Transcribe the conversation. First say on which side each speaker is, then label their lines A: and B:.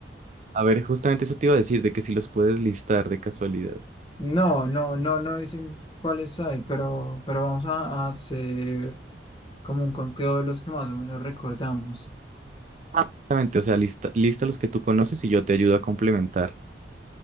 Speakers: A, on the right; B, on the left.
A: A ver, justamente eso te iba a decir, de que si los puedes listar de casualidad.
B: No, no, no, no dicen cuáles hay, pero, pero vamos a, a hacer como un conteo de los que más o menos recordamos.
A: Exactamente, o sea, lista, lista los que tú conoces y yo te ayudo a complementar.